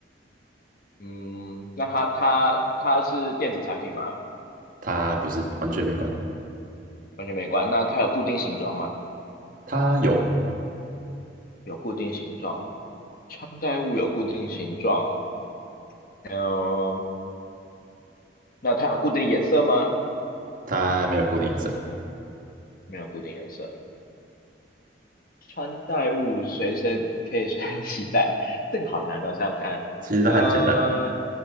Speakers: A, on the left; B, on the right.
A: 嗯，那它它它是电子产品吗？
B: 它不是，完全没关。
A: 完全没关。那它有固定形状吗？
B: 它有，
A: 有固定形状，穿戴物有固定形状。嗯、那它有固定颜色吗？
B: 它没有固定颜色。
A: 没有固定颜色。穿戴物随身可以随身携带，<laughs> 这个好难哦，想想看，
B: 其实它很简单，
A: 呃，